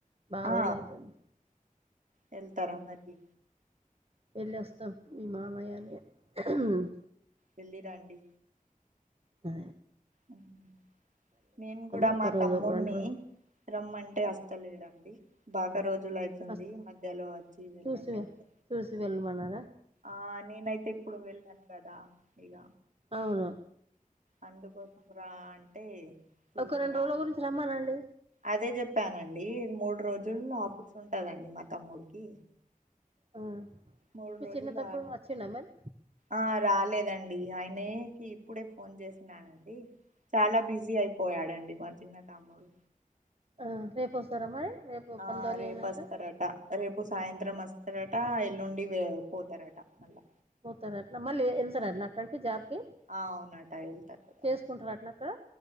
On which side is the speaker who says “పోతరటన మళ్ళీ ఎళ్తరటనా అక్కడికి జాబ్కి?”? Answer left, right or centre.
Right